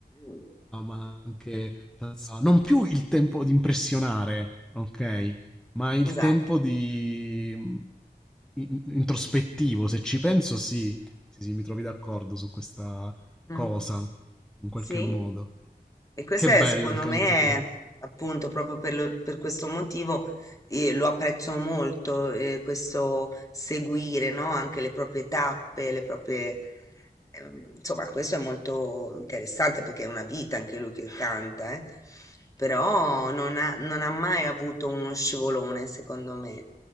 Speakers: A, on the left; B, in the centre.
A: mm,
B: ma anche tazza- non più il tempo di impressionare, ok? Ma il
A: esatto.
B: tempo di in- introspettivo, se ci penso, sì, sì, sì, mi trovi d'accordo su questa
A: Mm,
B: cosa, in qualche
A: sì.
B: modo.
A: E questo
B: Che
A: è,
B: bello
A: secondo
B: il canto
A: me,
B: tu.
A: è, appunto proprio per, lo- per questo motivo eh, lo apprezzo molto, eh, questo seguire, no? Anche le proprie tappe, le proprie... ehm, Insomma, questo è molto interessante perché è una vita anche lui che canta, eh. Però non ha, non ha mai avuto uno scivolone, secondo me.